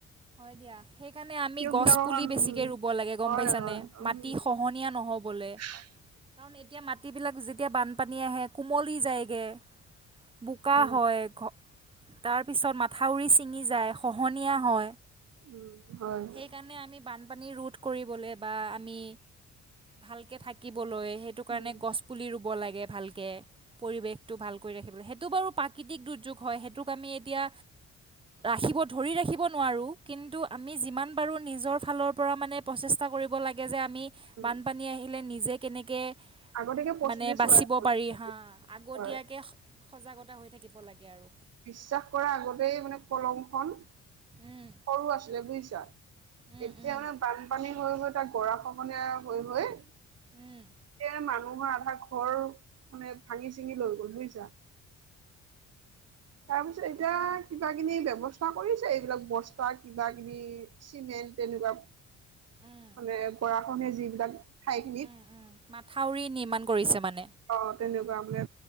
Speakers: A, on the right; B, on the right.
A: হয় দিয়া সেই কাৰণে আমি গছ
B: বিলাকৰ
A: পুলি
B: কাৰণ
A: বেছিকে
B: উম
A: ৰুব লাগে গম
B: হয়
A: পাইছানে?
B: হয় উম
A: মাটি খহনীয়া ন হ'বলে।
B: <inaudible>
A: কাৰণ এতিয়া মাটিবিলাক যেতিয়া বানপানী আহে কোমলি যায়গে। বোকা
B: উম
A: হয় ঘ তাৰ পিছত মাথাউৰি ছিঙি যায়, খহনীয়া হয়।
B: উম। হয় হয়
A: সেইকাৰণে আমি বানপানী ৰোধ কৰিবলৈ বা আমি ভালকে থাকিবলৈ সেইটো কাৰণে
B: উম
A: গছ পুলি ৰু ব লাগে ভালকে, পৰিৱেশটো ভাল কৰি ৰাখিব লা সেইটো বাৰু প্ৰাকৃতিক দুৰ্যোগ। হয় সেইটোক আমি এতিয়া ৰাখিব ধৰি ৰাখিব নোৱাৰোঁ। কিন্তু আমি যিমান পাৰো নিজৰ ফালৰ পৰা মানে প্ৰচেষ্টা কৰিব লাগে যে আমি
B: উম
A: বানপানী আহিলে নিজে কেনেকে
B: আগতীয়াকে প্ৰস্তুতি
A: মানে
B: চলাই
A: বাচিব
B: থব
A: পাৰি
B: লাগিব।
A: হা আগতীয়াকে
B: হয়,
A: সজাগতা হৈ থাকিব লাগে আৰু।
B: বিশ্বাস কৰাৰ আগতেই মানে কলং খন
A: উম,
B: সৰু আছিলে বুজিছা,
A: উম,
B: এতিয়া
A: উম,
B: মানে বানপানী হৈ হৈ তাক গৰা খহনীয়াৰ হৈ হৈ
A: উম।
B: এতিয়া মানুহৰ আধা ঘৰ মানে ভাঙি চিঙি লৈ গ'ল বুজিছা। তাৰ পিছত এতিয়া কিবা কিনি ব্যৱস্থা কৰিছে এইবিলাক বস্তা কিবা কিনি চিমেণ্ট ধৰি লোৱা,
A: উম,
B: মানে গৰাখহনীয়া যিবিলাক ঠাইখিনিত
A: উম, উম। মাথাউৰি নিৰ্মাণ কৰিছে মানে
B: অ তেনেকুৱা মানে,